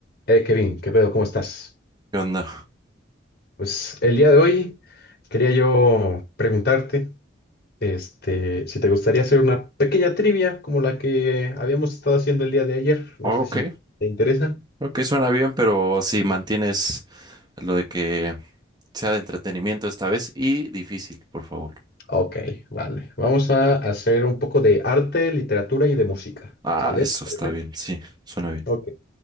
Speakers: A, on the left; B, on the right.
A: Eh, Kevin, ¿qué pedo? ¿Cómo estás?
B: ¿Qué onda?
A: Pues el día de hoy quería yo preguntarte, este, si te gustaría hacer una pequeña trivia como la que habíamos estado haciendo el día de ayer. No
B: Oh,
A: sé
B: Ok,
A: si te interesa.
B: ok, suena bien, pero si mantienes lo de que sea de entretenimiento esta vez y difícil, por favor.
A: Ok, vale. Vamos a hacer un poco de arte, literatura y de música.
B: Ah,
A: ¿Sale?
B: eso
A: ¿Te
B: está
A: parece?
B: bien, sí, suena bien.
A: Ok.